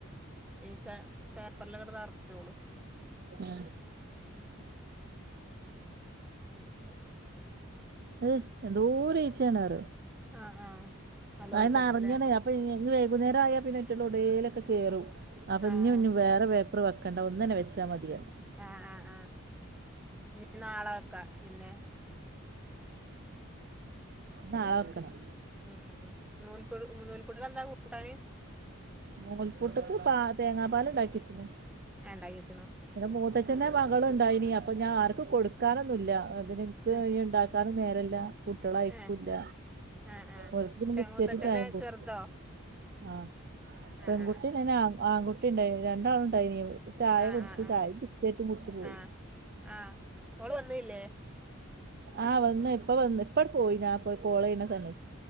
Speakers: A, in the centre; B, on the right.
A: ഈച്ച പേപ്പറിലങ്ങട് നറഞ്ഞോളും
B: ഉം
A: ഉം
B: അഹ് എന്തോര് ഈച്ചയാണറിയോ
A: ആഹ് ആഹ് നല്ലോ
B: അത്
A: ഈച്ചണ്ടല്ലേ
B: നെറഞ്ഞണ് അപ്പൊ ഞ് ഞി വൈകുന്നേരം ആയാ പിന്നെ അയ്റ്റള് എവടലൊക്കെ കേറും അപ്പൊ
A: ആഹ്
B: ഇഞ്ഞും
A: ആഹ്
B: ഇഞ്ഞും വേറെ പേപ്പർ വെക്കണ്ട ഒന്നെന്നെ വെച്ചാ മതിറഞ്ഞു
A: ആഹ് ആഹ് ആഹ് ഇനി നാളെ വെക്കാ പിന്നെ
B: നാളെ വെക്കണം
A: ഉം ഉം ഉം നൂൽപു നൂൽപുട്ടിനെന്താ കൂട്ടാന്?
B: നൂൽപ്പുട്ട്ക്ക് പാ തേങ്ങാ പാല് ഇണ്ടാക്കിച്ചിണ്
A: ഏഹ് ഇണ്ടാക്ക്യച്ച്ണോ
B: പിന്നെ മൂത്തച്ഛന്റെ മകളുണ്ടായിന് അപ്പൊ ഞാൻ ആർക്കും കൊടുക്കാനൊന്നുല്ല അത് പിൻ ക്ക്
A: ഏഹ്
B: ഞി ഇണ്ടാക്കാനും നേരല്ല കുട്ട്യേള് അയക്കൂല്ല
A: ഏഹ് ആഹ് ആഹ്
B: ഓൽക്ക് പിന്നെ
A: ചെ
B: ബിസ്ക്കറ്റും
A: മൂത്തച്ഛന്റെ
B: ചായിം കൊടുത്ത്
A: ചെറുതോ
B: ആഹ് പെൺകുട്ടിണ്ടായിന്
A: ആഹ് ആഹ്
B: ആ ആൺകുട്ടി ഇണ്ടായിന് രണ്ടാളുണ്ടായിനീം ചായ
A: ആഹ്
B: കുടിച്ച്
A: ആഹ് ആഹ്
B: ചായ ബിസ്ക്കേറ്റും കുടിച്ചു പോയി
A: ആഹ് ആഹ് ഓള് വന്നില്ലേ?
B: ആഹ് വന്ന് ഇപ്പ വന്ന് ഇപ്പണ്ട് പോയി ഞാ പ്പോ കോള് ചെയണ സമയം